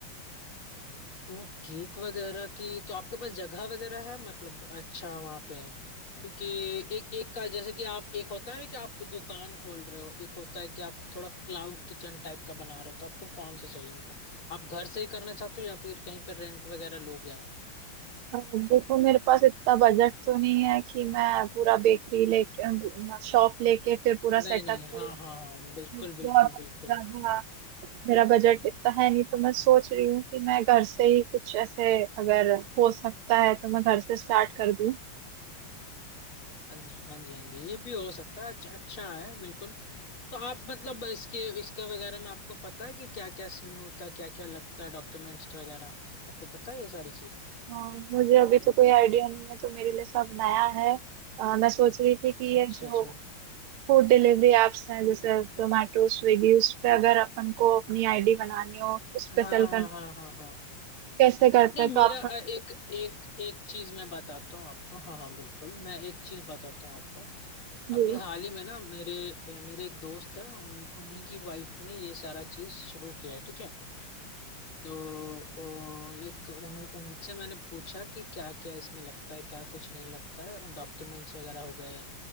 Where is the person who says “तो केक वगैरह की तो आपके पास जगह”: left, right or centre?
Left